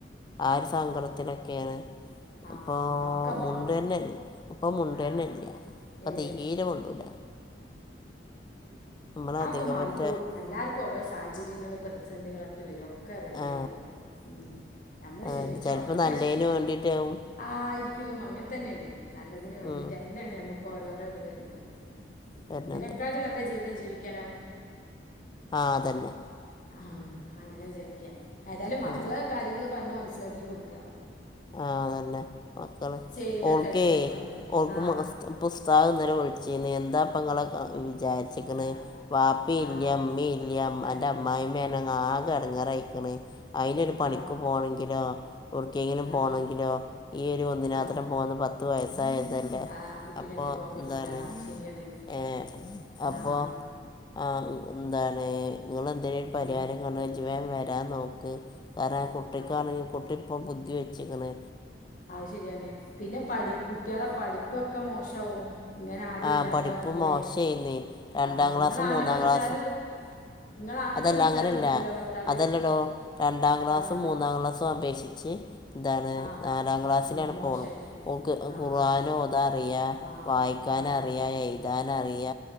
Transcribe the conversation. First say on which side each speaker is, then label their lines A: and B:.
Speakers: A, on the left; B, on the left.
A: ആ ഒരു സങ്കടത്തിലൊക്കെയാണ്
B: ആ
A: അപ്പോ
B: ആ ഒക്കെ
A: മുണ്ടെന്നെല്ല
B: മാറും
A: ഇപ്പം മുണ്ടെന്നെല്ല
B: ആ
A: ഇപ്പ
B: ഏ
A: തീരെ മുണ്ടൂല നമ്മളധികം
B: അഒക്കെ മാറിക്കോളും
A: പറ്റ
B: എല്ലാർക്കും ഓരോ സാഹചര്യങ്ങളും പ്രതിസന്ധികളൊക്കെ വരും ക്ക റെഡി
A: ആ
B: ആകും ഉം നമ്മള്
A: അതുതന്നെ
B: ക്ഷമിച്ച
A: ചിലപ്പോൾ
B: ഒക്കെ
A: നല്ലതിന്
B: ശരിയാവും
A: വേണ്ടിയിട്ടാവും
B: ആയിരിയ്ക്കും അങ്ങനെ തന്നെയാണ് നല്ലതിന് വേണ്ടിട്ടെ
A: ഉം,
B: ന്നെയാണ് ഞമ്മക്കോരോരോ ത് വര്ണത്
A: വരുന്നത്
B: ഇതിനെക്കാട്ടി നല്ല ജീവിതം ജീവിയ്ക്കാനാവും
A: ആഹ് അതന്നെ
B: ആഹ് അതെന്നെ ആഹ് അങ്ങനെ വിചാരിയ്ക്കാ ഏതാലും മക്കളെ
A: ആ
B: കാര്യങ്ങള് പറഞ്ഞ് മനസ്സിലാക്കി കൊട്ക്ക
A: ആഹ് അതന്നെ മക്കള്
B: ചെയ്ത
A: ഓൾക്കേ
B: തെറ്റൊന്നുമല്ലേ
A: ഓൾക്ക്
B: ആ
A: മാസ്ത് പ്പുസ്താദ് ന്നലെ വിളിച്ചിനി എന്താപ്പങ്ങളൊക്ക വിചാരിച്ച് ക്കണെ
B: ആ
A: വാപ്പീല്ല
B: ആ
A: മ്മീല്ല
B: ആ
A: അന്റെ അമ്മായിമ്മാണെങ്ങാകെ എടങ്ങാറയിക്ക്ണ് അയ്നൊര് പണിക്ക്
B: ആ
A: പോണെങ്കിലൊ എവുട്ക്കെങ്കിലും പോണെങ്കിലോ
B: ആ
A: ഈ ഒരു ഒന്നിനാത്രം
B: ആഹ്
A: പോന്ന പത്ത് വയസായതല്ലേ
B: ആഹ് കുട്ടിനെട്ട്
A: അപ്പൊ
B: പോകാൻ പറ്റൂല
A: ന്താണ്
B: ശരിയാണ്
A: ഏഹ് അപ്പൊ
B: ആഹ്
A: ആഹ് ന്താണ് ങ്ങളെന്തേലും ഒരു പരിഹാരം
B: ആഹ്
A: ഞാം പർഞ്ഞ് ജ് വേം വരാൻ നോക്ക് കാരണം കുട്ടിക്കാണെങ്കി
B: ആഹ്
A: കുട്ടി പ്പൊ ബുദ്ധി വെച്ചിക്ക്ന്ന്
B: അത് ശരിയാണ് പിന്നെ പഠി കുട്ടികളെ പഠിപ്പൊക്കെ മോശാവും ങ്ങനെ ആരും
A: ആ
B: ഇല്ലാതാകുമ്പൊളേ
A: പഠിപ്പ് മോശമായിന്ന് രണ്ടാം
B: ആഹ്
A: ക്ലാസ്
B: ങ്ങളാണ്ട്
A: മൂന്നാം
B: വിളിച്ചാലും
A: ക്ലാസ്
B: ഇങ്ങള് അങ്ങട്ട്
A: അതല്ല
B: വിളിച്ചാലും
A: അങ്ങനെയല്ല
B: എടുക്കൂല ഭർത്താവ്
A: അതല്ലെടോ രണ്ടാം ക്ലാസ്സും
B: രണ്ടാം
A: മൂന്നാം ക്ലാസ്സും അപേക്ഷിച്ച് ന്താണ്
B: എന്താണ് ക്ലാസ്സിലാണ്
A: നാലാം ക്ലാസ്സിലാണ്പ്പോള്
B: ഇപ്പോ
A: ഓക്ക്
B: അവർക്ക്
A: ഖുറാനോതാറിയ
B: ഇതാവില്ല
A: വായി ക്കാനറിയ
B: ആഹ്
A: എഴുതാനറിയ